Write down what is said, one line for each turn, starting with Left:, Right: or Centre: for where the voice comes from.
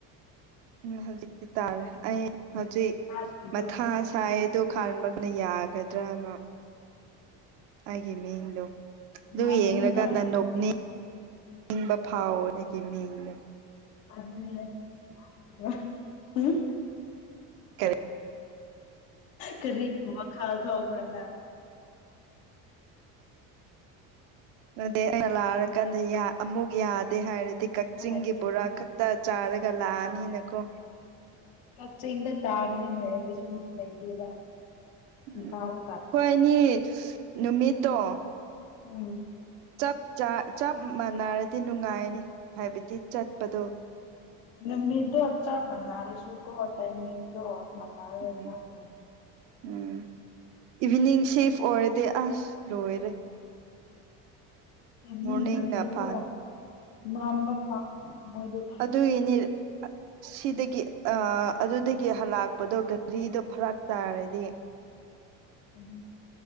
Right: ꯎꯝ ꯍꯧꯖꯤꯛꯇꯤ ꯇꯥꯔꯦ ꯑꯩ ꯍꯧꯖꯤꯛ
Left: ꯇꯥꯗꯕ꯭ꯔꯣ
Right: ꯃꯊꯥ ꯁꯥꯏꯌꯦꯗꯣ ꯈꯟꯕ‌‌ <unintelligible> ꯌꯥꯒꯗ꯭ꯔꯥꯅ ꯑꯩꯒꯤ ꯃꯤꯌꯦꯡꯗꯣ ꯑꯗꯨ
Left: ꯌꯥꯒꯅꯤꯗ
Right: ꯌꯦꯡꯂꯀꯥꯟꯗ ꯅꯣꯛꯅꯤꯡ ꯅꯤꯡꯕ ꯐꯥꯎꯋꯦ ꯑꯩꯒꯤ ꯃꯤꯌꯦꯡꯗꯣ
Left: <unintelligible>
Right: ꯀ <unintelligible>
Left: ꯀꯔꯤꯒꯤ ꯋꯥꯈꯜ ꯊꯣꯛꯄ꯭ꯔꯥ‌ ꯅꯪ
Right: ꯑꯗꯨꯗ ꯑꯩꯅ ꯂꯥꯛꯔꯀꯥꯟꯗ ꯑꯃꯨꯛ ꯌꯥꯗꯦ ꯍꯥꯏꯔꯗꯤ ꯀꯛꯆꯤꯡꯒꯤ
Left: ꯅꯠꯇꯦ
Right: ꯕꯣꯔꯥ ꯈꯛ ꯇ ꯆꯥꯔꯒ ꯂꯥꯛꯑꯅꯤꯅꯀꯣ
Left: ꯀꯛꯆꯤꯡꯗ ꯇꯥꯒꯅꯤ ꯍꯥꯏꯔꯕꯁꯨ ꯂꯩꯇꯦꯗ ꯏꯝꯐꯥꯜꯗ
Right: ꯎꯝ
Left: ꯇꯥ
Right: ꯈꯣꯏꯅꯤ ꯅꯨꯃꯤꯠꯇꯣ
Left: ꯎꯝ
Right: ꯆꯞ ꯆ ꯆꯞ ꯃꯥꯟꯅꯔꯗꯤ ꯅꯨꯡꯉꯥꯏꯅꯤ ꯍꯥꯏꯕꯗꯤ ꯆꯠꯄꯗꯣ
Left: ꯅꯒꯤꯗꯣ ꯆꯞ ꯃꯅꯔꯦꯁꯨꯨ ꯀꯣ ꯇꯥꯏꯃꯤꯡꯗꯣ ꯃꯅꯥꯔꯦꯏ
Right: ꯎꯝ
Left: ꯈꯪꯉꯦ
Right: ꯎꯝ ꯏꯚꯤꯅꯤꯡ ꯁꯤꯐ ꯑꯣꯏꯔꯗꯤ ꯑꯁ ꯂꯣꯏꯔꯦ
Left: ꯏꯚꯅꯤꯡ
Right: ꯃꯣꯔꯅꯤꯡꯅ
Left: ꯑꯣꯏꯔꯗꯤꯀꯣ
Right: ꯐꯥꯅꯤ
Left: ꯅꯝꯕ ꯐ ꯃꯣꯏꯗ
Right: ꯑꯗꯨ ꯌꯤꯅꯤ ꯁꯤꯗꯒꯤ ꯑ ꯑꯗꯨꯗꯒꯤ ꯍꯜꯂꯛꯄꯗꯣ ꯒꯥꯔꯤꯗꯣ ꯐꯔꯥꯛ ꯇꯥꯔꯗꯤ
Left: ꯑꯗꯨ